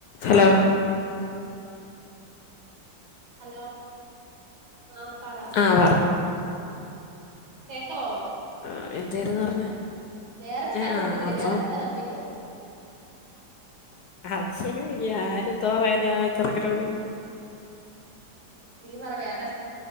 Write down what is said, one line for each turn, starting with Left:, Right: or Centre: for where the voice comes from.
Left: hello
Right: hello ആ പറ
Left: ആ പറ
Right: കേക്കാവോ
Left: ആ, എന്തായിരുന്നു
Right: ആ
Left: പറഞ്ഞേ
Right: വേറെ സ്ഥലം
Left: ഏ ആ
Right: ഒപ്പിക്കടി
Left: അപ്പം
Right: വേറെ സ്ഥലം ഒപ്പിക്ക
Left: അത് ഞാന എന്തോറയന ചെറക്കിനോട്
Right: നീ വറവ യാര